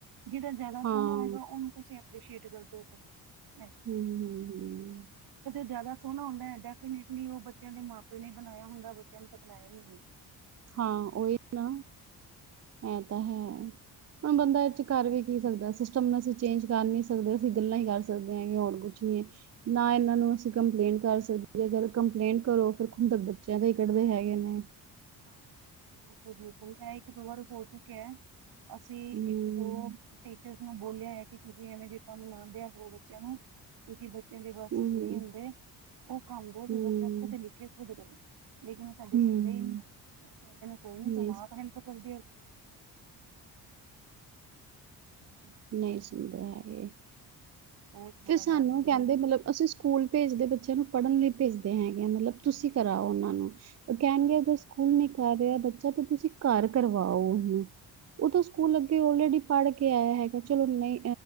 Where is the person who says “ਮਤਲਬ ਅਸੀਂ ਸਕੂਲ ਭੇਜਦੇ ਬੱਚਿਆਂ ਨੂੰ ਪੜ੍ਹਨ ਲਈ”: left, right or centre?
Right